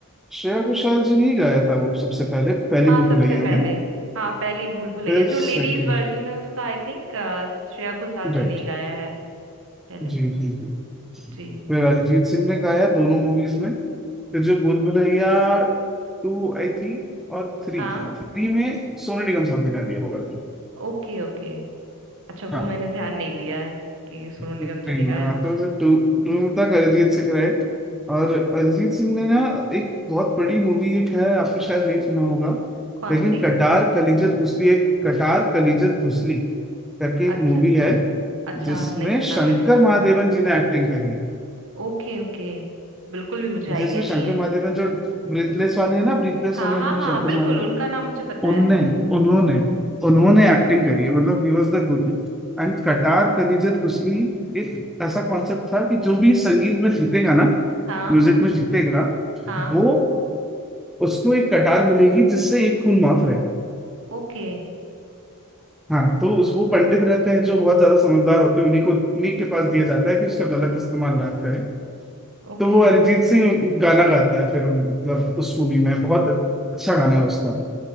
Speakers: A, in the centre; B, on the right.
A: श्रेया घोषाल जी ने ही गाया था वो सबसे पहले पहली
B: हाँ
A: भूल
B: सबसे
A: भुलैया
B: पहले
A: में
B: हाँ पहली भूल भुलैया
A: फिर
B: जो लेडीज
A: सेकंड
B: वर्जन है उसका आई थिंक श्रेया घोषाल जी
A: राइट
B: ने ही गाया है पहले
A: जी जी जी
B: जी
A: फिर अरिजीत सिंह ने गाया दोनों मूवीज में फिर जो भूल भुलैया टू आई थी और थ्री
B: हाँ
A: थ्री में सोनू निगम साहब ने गा दिया होगा
B: Okay okay अच्छा वो
A: हाँ
B: मैंने ध्यान नहीं दिया है कि सोनू निगम
A: नहीं,
B: जी ने गाया
A: मैं आता
B: है वो गाना
A: हूँ टू टू तक अरिजीत सिंह रहे और अरिजीत सिंह ने ना एक बहुत बड़ी मूवी एक है आपने शायद नहीं सुना होगा
B: कौन
A: लेकिन
B: सी
A: कटार कलिजत घुसली एक कटार कलिजत घुसली करके
B: अच्छा
A: एक मूवी है
B: अच्छा
A: जिसमें
B: नहीं सुना
A: शंकर
B: मैंने
A: महादेवन जी ने एक्टिंग करी है
B: Okay okay बिल्कुल भी मुझे आइडिया
A: जिसमें
B: नहीं
A: शंकर
B: है
A: महादेवन जो ब्रीथलेस वाले हैं ना ब्रीथलेस
B: हाँ
A: वाले
B: हाँ
A: अपने
B: हाँ
A: शंकर
B: बिल्कुल
A: महादेवन
B: उनका नाम मुझे पता
A: उनने
B: है
A: उन्होंने उन्होंने एक्टिंग करी है मतलब ही वॉज द गुरु एंड कटार कलीजत घुसली एक ऐसा कॉन्सेप्ट था कि जो भी संगीत में जीतेगा ना
B: हाँ
A: म्यूजिक में जीतेगा
B: हाँ
A: वो उसको एक कटार मिलेगी जिससे एक खून माफ रहे
B: Okay
A: हाँ तो उस वो पंडित रहते हैं जो बहुत ज्यादा समझदार होते हैं उन्हीं को उन्हीं के पास दिया जाता है कि उसका गलत इस्तेमाल ना करें
B: okay
A: तो वो अरिजीत सिंह गाना गाता है फिर उन- मतलब उस मूवी में बहुत अच्छा गाना है उसका भी